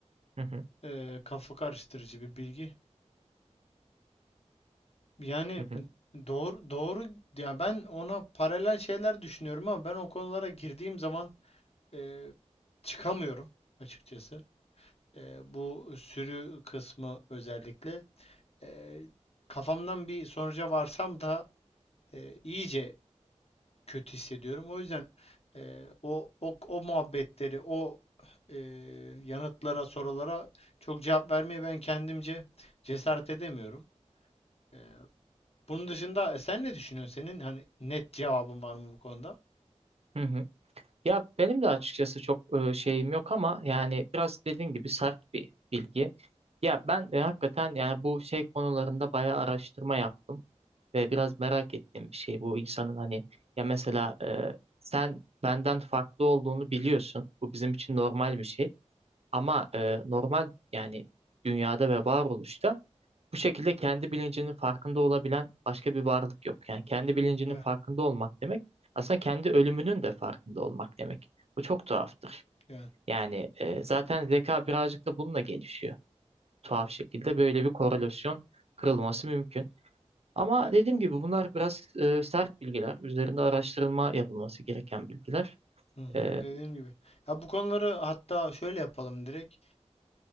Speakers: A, on the right (about 60°); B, on the left (about 55°).
A: Hı hı,
B: E, kafa karıştırıcı bir bilgi. Yani
A: hı hı,
B: doğru doğru yani ben ona paralel şeyler düşünüyorum ama ben o konulara girdiğim zaman e, çıkamıyorum açıkçası. Eee, bu sürü kısmı özellikle. Eee, kafamdan bir sonuca varsam da eee, iyice kötü hissediyorum. O yüzden eee, o, o o muhabbetleri, o eee, yanıtlara, sorulara çok cevap vermeye ben kendimce cesaret edemiyorum. Eee, bunun dışında e, sen ne düşünüyorsun? Senin hani net cevabın var mı bu konuda?
A: hı hı. Ya benim de açıkçası çok e, şeyim yok ama yani biraz dediğin gibi sert bir bilgi. Ya ben e, hakikaten yani bu şey konularında bayağı araştırma yaptım ve biraz merak ettiğim bir şey bu insanın hani ya mesela e, sen benden farklı olduğunu biliyorsun. Bu bizim için normal bir şey ama e, normal yani dünyada ve varoluşta bu şekilde kendi bilincinin farkında olabilen başka bir varlık yok. Yani kendi bilincinin
B: Evet,
A: farkında olmak demek aslında kendi ölümünün de farkında olmak demek. Bu çok tuhaftır.
B: evet.
A: Yani e, zaten zeka birazcık da bununla gelişiyor. Tuhaf şekilde böyle bir korelasyon kırılması mümkün. Ama
B: E,
A: dediğim gibi bunlar biraz e, sert bilgiler. Üzerinde araştırılma yapılması gereken bilgiler.
B: hı hı,
A: E,
B: dediğim gibi. Ya bu konuları hatta şöyle yapalım direkt.